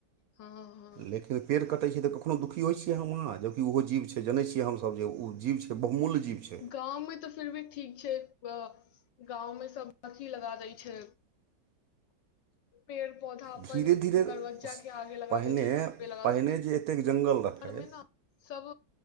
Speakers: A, on the left (about 75°); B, on the right (about 65°).
A: हँ हँ
B: लेकिन पेड़ कटै छै तऽ कखनो दुखी होइ छियै हम अहाँ जबकि ओहो जीव छै जनय छियै हमसब जे ओ जीव छै बहुमूल्य जीव छै
A: गाँंव मे तऽ फिर भी ठीक छै गाँंव मे सब अथी लगा दै छै पेड़ पौधा अपन
B: धीरे धीरे
A: दरवज्जा के आगे लगा
B: पहिने
A: दै छै छत पे लगार
B: पहिने जे एतेक जङ्गल रहै
A: मे ने सब